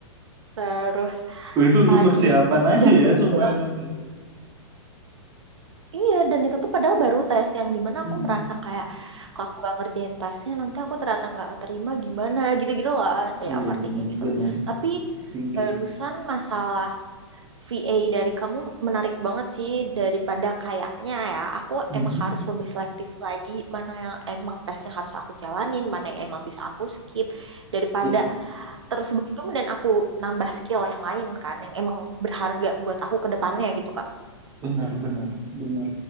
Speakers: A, on the right (about 65°); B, on the right (about 20°).
A: terus
B: Itu untuk
A: pagi
B: persiapan aja
A: jam
B: ya
A: tujuh
B: semuanya Nomi.
A: iya dan itu tuh padahal baru tes yang dimana
B: Hmm.
A: aku merasa kayak kalau aku nggak ngerjain tesnya nanti aku ternyata nggak terima gimana gitu-gitu lah ya
B: Iya
A: overthinking
B: benar-benar
A: gitu tapi
B: thinking.
A: barusan masalah VA dari kamu menarik banget sih daripada kayaknya ya. Aku
B: Mhm.
A: emang harus lebih selektif lagi mana yang emang tesnya harus aku jalanin, mana yang emang bisa aku skip daripada
B: Iya
A: terus begitu dan aku nambah skill yang lain kan yang emang berharga buat aku ke depannya gitu Kak.
B: benar-benar benar.